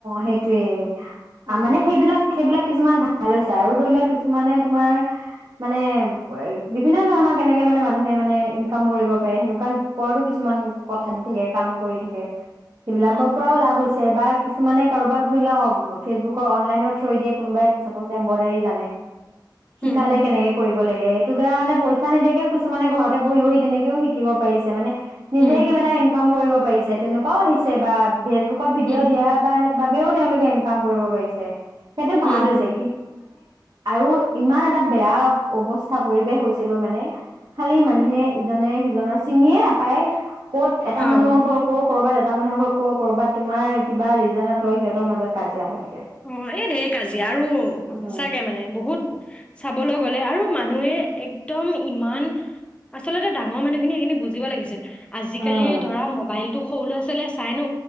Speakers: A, on the right; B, on the left.
A: সেইটোৱে
B: উম
A: মানে সেইবিলাক সেইবিলাক কিছুমান ভাল হৈছে আৰু ধৰি লোৱা কিছুমানে তোমাৰ মানে বিভিন্ন ধৰণৰ কেনেকে মানে মানুহে মানে ইনকাম কৰিব পাৰে সেনেকুৱা ওপৰতো কিছুমান কথা দি থাকে কাম কৰি থাকে সেইবিলাকৰ
B: উম
A: পৰাও লাভ হৈছে বা কিছুমানে কাৰোবাক ধৰি লও ফেচবুকৰ অনলাইনৰ থৈ দিয়ে কোনোবাই চ এম্ব্ৰইডাৰী জানে শিকালে
B: উম
A: কেনেকে কৰিব লাগে তোৰ দাৰা মানে পইচা নিদিয়াকে কিছুমান ঘৰতেহি বহি তেনেকেও শিকিব পাৰিছে মানে নিজে
B: উম
A: কিবা এটা ইনকাম কৰিব পাৰিছে তেনেকুৱাও আহিছে বা ফেচবুক কুৱা ভিডিঅ'
B: উম উম
A: দিয়া বা এনেকুৱা ও তেওঁলোকে ইনকাম কৰিব পাৰিছে। সেইটো ভাল
B: উম
A: হৈছে। আৰু ইমান এটা বেয়া অৱস্থা পৰিৱেশ হৈছে গৈ মানে খালি মানুহে ইজনে সিজনৰ চিনিয়ে নাপায়। ক'ত এটা
B: অ
A: মানুহৰ ঘৰ ক' ক'ৰবাত মানুহক ক'ৰবাত তোমাৰ কিবা ৰিজনক লৈ সিহতৰ মাজত কাজিয়া হয় থাকে।
B: অ' এই দৰি কাজিয়া আৰু
A: উম
B: সঁচাকে মানে বহুত চাবলৈ গ'লে আৰু মান মানুহে একদম ইমান আচলতে ডাঙৰ মানুহখিনি সেইখিনি বুজিব লাগিছিল। আজিকালি
A: উম
B: ধৰা মোবাইল ত সৰু ল'ৰা ছোৱালীয়ে চাই ন?